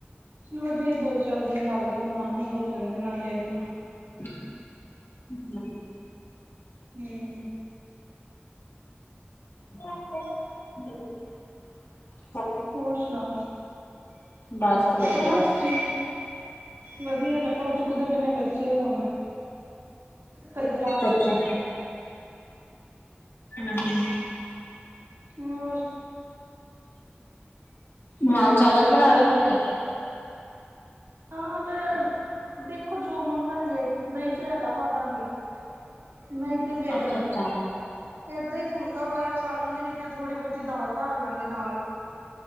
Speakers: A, on the right (about 80°); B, on the left (about 75°).
A: ਚਲੋ ਵਧੀਆ ਦੋ ਚਾਰ ਦਿਨ ਲੱਗ ਜਾਣ ਮਨ ਹੋਰ ਹੋ ਜਾਂਦਾ ਨਾਲੇ ਆਪਣਾ।
B: <inaudible>
A: ਹਮ।
B: <inaudible>
A: ਹੋਰ ਸੁਣਾਓ
B: ਬਸ ਵਧੀਆ
A: ਬਸ। ਵਧੀਆ ਲਫੜਾ ਚੁੱਕਦੇ ਪਏ ਨੇ ਬੱਚੇ ਹੁਣ। ਕਦੀ ਗਲਾਸ
B: ਅੱਛਾ ਹ।
A: ਹੋਰ।
B: ਨਾਲ ਚਾਵਲ ਬਣਾ ਰਹੇ ਫੁਲਕੇ।
A: ਨਾਲ ਦੇਖੋ ਜੋ ਮੰਗਣਗੇ ਦਹੀਂ ਚ ਰੇਤਾ ਪਾ ਦਾਂਗੇ। ਨਹੀਂ ਤੇ ਫੇਰ
B: ਅੱਛਾ-ਅੱਛਾ
A: ਏਦਾਂ ਹੀ ਫੁਲਕਾ ਵਗੈਰਾ ਖਾ ਲੈਣਗੇ ਨਹੀ ਤੇ ਥੋੜ੍ਹੀ ਬਹੁਤੀ ਦਾਲ ਧਾਰ ਲਾਂਗੇ ਨਾਲ।